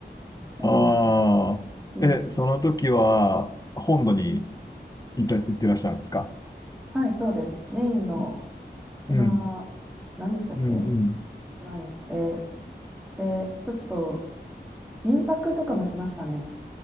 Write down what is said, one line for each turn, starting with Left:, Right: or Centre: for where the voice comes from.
Centre: 何が
Left: あ。
Centre: いいかな。
Left: え、その時は、本土にいた、行ってらっしゃるんですか
Centre: はい、そうです。メインの島、
Left: うん。
Centre: 何でしたっけ
Left: うん。うん。
Centre: 島に行って、で、ちょっと民泊とかもしましたね。